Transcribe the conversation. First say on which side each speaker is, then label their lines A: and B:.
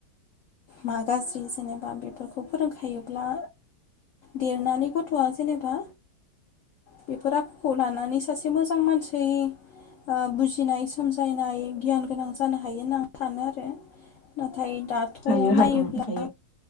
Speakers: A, on the left; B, on the left.
A: मा गाज्रि जेनेबा बेफोरखौ फोरोंखायोब्ला देरनानै गथ'आ जेनेबा बेफोर आखुखौ लानानै सासे मोजां मानसै आ बुजिनाय सोमजायनाय गियान गोनां जानो हायो होननानै आं सानो आरो नाथाय दाथ'
B: हायो
A: नायोब्ला
B: हायो उम हायो